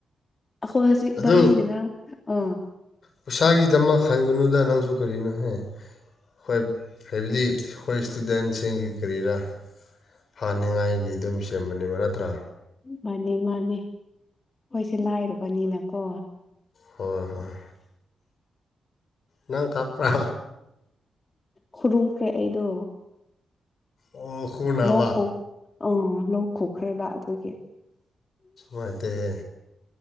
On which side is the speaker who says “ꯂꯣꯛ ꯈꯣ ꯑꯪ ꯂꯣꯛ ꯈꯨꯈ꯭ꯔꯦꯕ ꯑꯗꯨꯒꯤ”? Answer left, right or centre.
Left